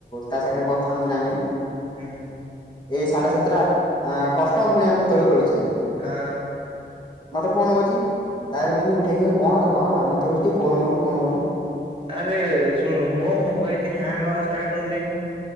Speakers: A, on the left; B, on the right.
A: ତା ସାଙ୍ଗରେ କଥା ହଉଚି ନା ନାଇଁ?
B: ହୁଁ
A: ଏଇ ସାଢେ ସାତଟା ଆ କଷ୍ଟମ ପୁଣି ଆମେ ସେତେବେଳେ ଖେଳୁଚେ।
B: ଆହ।
A: ମତେ ଫୋନ କରୁଚି, ତାପରେ ମୁଁ ଉଠେଇକି କହିଲି କଣ ହେଲା କଣ ହେଲା ମତେ କହଉଚି ଟିକେ ଫୋନ କରନୁ ଫୋନ କରନୁ।
B: ଆରେ ଶୁଣୁ ମୋ ମୋବାଇଲ ହ୍ୟାଙ୍ଗ ହବା ଷ୍ଟାର୍ଟ ହେଲେ